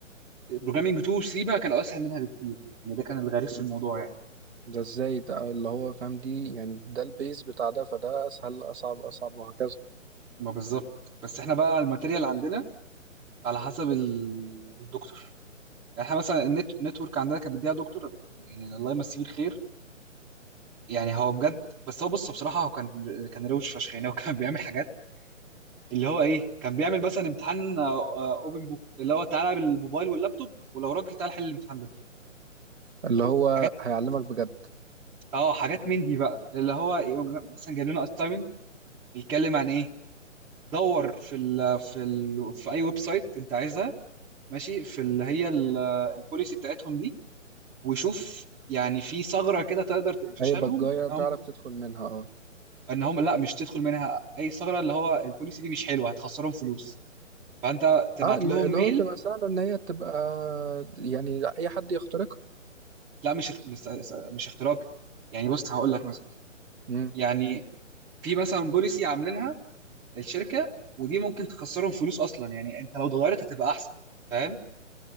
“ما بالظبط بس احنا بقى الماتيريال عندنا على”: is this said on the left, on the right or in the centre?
Centre